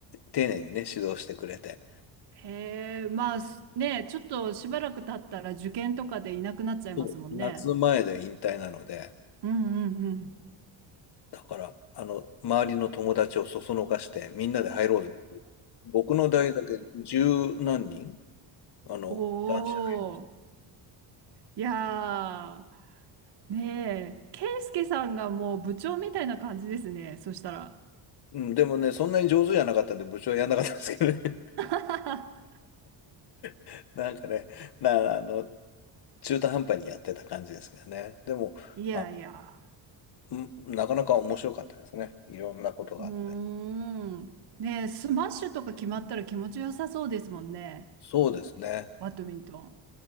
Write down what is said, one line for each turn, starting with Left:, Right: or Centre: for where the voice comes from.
Left: 丁寧にね、指導してくれて、
Right: へえ、まあすね、ちょっとしばらく経ったら受験とかでいなくなっちゃいますもんね。
Left: そう。夏前で引退なので、
Right: うんうんうん。
Left: だから、あの、周りの友達をそそのかして、みんなで入ろうぜ。僕の代だけ十何人、あの、
Right: おお。
Left: 男子入りました。
Right: いやー、ねえ、ケイスケさんがもう部長みたいな感じですね、そしたら。
Left: うん、でもね、そんなに上手じゃなかったんで、部長はやんなかったんですけどね。
Right: <laughs>
Left: <laughs> なんかね、な、あの、中途半端にやってた感じですけどね。でも、
Right: いやいや、
Left: あ、んなかなか面白かったですね。いろんなことがあって。
Right: うーん。ねえ、スマッシュとか決まったら気持ちよさそうですもんね、
Left: そうですね。
Right: バドミントン。